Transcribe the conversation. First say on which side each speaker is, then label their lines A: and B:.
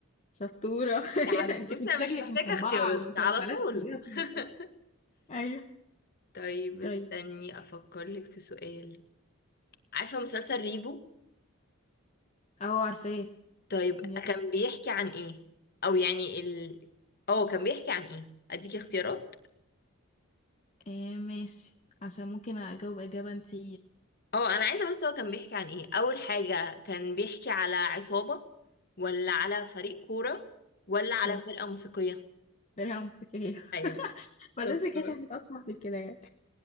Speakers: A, on the left; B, on the left.
A: شطورة <laughs>
B: في عبده
A: انت كنت
B: بصي انا
A: شكلك
B: مش محتاجة
A: مطبقة
B: اختيارات
A: على المسلسلات
B: على طول
A: كلها في
B: <laughs>
A: الأول. ايوه
B: طيب
A: طيب
B: استني افكر لك في سؤال عارفة مسلسل ريفو
A: اه عارفاه
B: طيب كان
A: يلا.
B: بيحكي عن ايه او يعني ال اه كان بيحكي عن ايه اديكي اختيارات
A: ايه ماشي عشان ممكن اجاوب اجابة انتي
B: اه انا عايزه بس هو كان بيحكي عن ايه اول حاجه كان بيحكي على عصابه ولا على فريق كوره ولا على
A: تمام
B: فرقه موسيقيه
A: درع موسيقية <laughs>
B: ايوه شطورة
A: فلازم كانت حاجة
B: <laughs>
A: اصعب من كده يعني